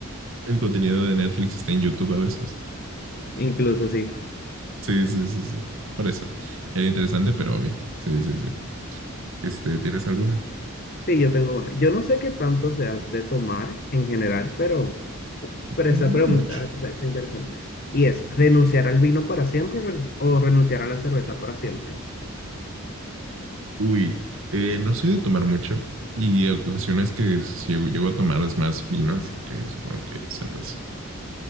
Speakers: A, on the right (about 65°); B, on the left (about 40°).
A: El contenido de Netflix está en YouTube a veces.
B: Incluso sí.
A: Sí, sí, sí, sí. Por eso. Era interesante, pero obvio. Sí, sí, sí. Este, ¿tienes alguna?
B: Sí, yo tengo una. Yo no sé qué tanto seas de tomar en general, pero, pero
A: No
B: esa pregunta
A: mucho.
B: o sea, es interesante. Y es, ¿renunciar al vino para siempre o renunci- o renunciar a la cerveza para siempre?
A: Uy, eh, no soy de tomar mucho. Y ocasiones que si llego, llego a tomar es más vino, así que supongo que cerveza.